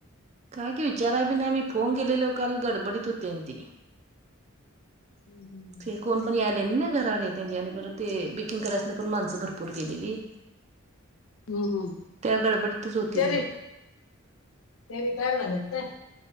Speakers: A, on the right (about 35°); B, on the left (about 85°).
A: काय की विचारायला बी नाही मी फोन केल गडबडीत होते ती
B: हम्म हम् हम्
A: ते कोण पण आले ना घराडे त्यांच्या आणि परत ते बेकिंग करायच नाही पण माणसं भरपूर गेलेली
B: हम्म
A: त्या गडबडीतच होती
B: ते
A: तिने
B: रि ते रिटायर झाले आहेत काय